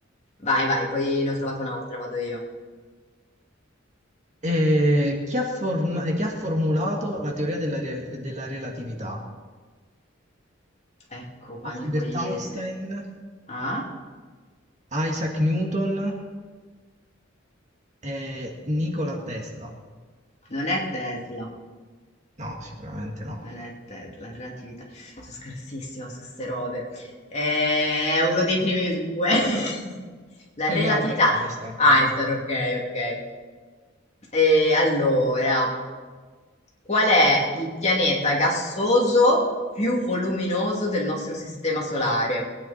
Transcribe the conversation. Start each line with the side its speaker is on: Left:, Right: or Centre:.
Left: Vai, vai, poi ne ho trovata un'altra, vado io.
Right: E chi ha, form- chi ha formulato la teoria della, re- della relatività?
Left: Ecco qua,
Right: Albert
Left: amico. i-
Right: Einstein,
Left: Ah,
Right: Isaac Newton e Nikola Tesla.
Left: non è Tesla.
Right: No, sicuramente no.
Left: Non è te- la relatività. Sono scarsissima su ste robe. È uno dei primi due. <laughs> La
Right: Sì,
Left: relatività.
Right: Albert Einstein,
Left: Einstein,
Right: non-
Left: ok, ok. E allora, qual è il pianeta gassoso più voluminoso del nostro sistema solare?